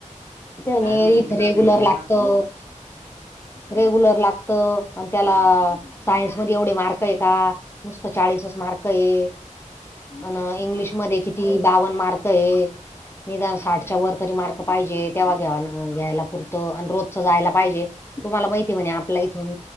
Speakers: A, on the left; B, on the right.
A: त्ये
B: आणि
A: म्हणी...
B: ऍडमिशन
A: इथं
B: तिकडच
A: रेगुलर
B: घेऊन द्याल
A: लागतं
B: ना
A: रेग्युलर लागतं... अन त्याला... सायन्स मध्ये एवढे मार्क ए का? नुसतं चाळीसच मार्क ए अन इंग्लिशमध्ये
B: हा हा
A: किती... बावन मार्क ए... निदान साठच्या
B: हा
A: वर तरी मार्क पाहिजे तेव्हा घ्या... घ्यायला पुरतं... अन रोजच जायला पाहिजे तुम्हाला माहिती म्हणे... आपल्या इथून